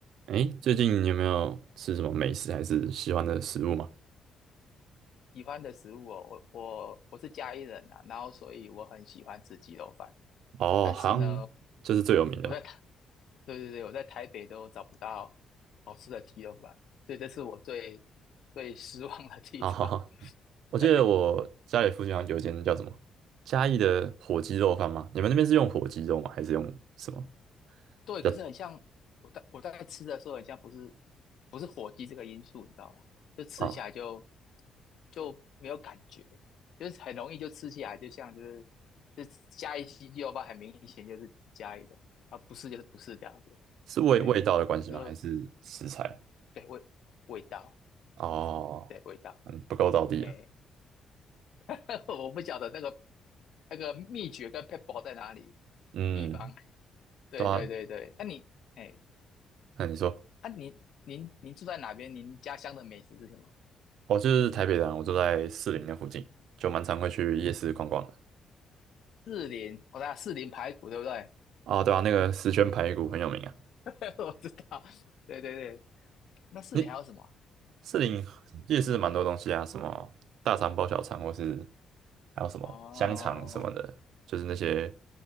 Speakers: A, on the right; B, on the left.
A: 哎，最近你有没有吃什么美食还是喜欢的食物嘛？
B: 喜欢的食物哦，我我我是嘉义人啊，然后所以我很喜欢吃鸡肉饭，
A: 哦，
B: 但是呢，
A: 好像就是最有名的吧。
B: 我在台，对对对，我在台北都找不到好吃的鸡肉饭，所以这是我最最失望的地方。
A: 啊哈哈、
B: <laughs>
A: 我记得我家里附近好像有一间叫什么嘉义的火鸡肉饭吗？
B: 对，
A: 你们那边是用火鸡肉吗？还是用什么
B: 对，
A: 比较
B: 可是很像我在我在吃的时候，很像不是不是火鸡这个因素，你知道吗？就吃起来就
A: 啊？
B: 就没有感觉，就是很容易就吃起来，就像就是就加一鸡肉吧，很明显就是加一个，啊不是就是不是这样子，
A: 是味味道的关系吗？
B: 哎，我就
A: 还是食材？
B: 对味味道，
A: 哦，
B: 对味道，
A: 嗯，不够到地啊。
B: 哎，<laughs> 我不晓得那个那个秘诀跟 p e b b l 在哪里，
A: 嗯，
B: 秘方，对对对对，
A: 对啊。
B: 那你哎
A: 那你说，
B: 啊，您您您住在哪边？您家乡的美食是什么？
A: 我就是台北人啊我住在士林那附近，就蛮常会去夜市逛逛的。
B: 四林，我看四林排骨对不对？
A: 啊。对啊，那个石全排骨很有名啊。
B: <laughs> 我知道，对对对。那四林还有什么？
A: 你士林夜市蛮多东西啊，什么大肠包小肠，或是还有什么香肠什么的，
B: 哦
A: 就是那些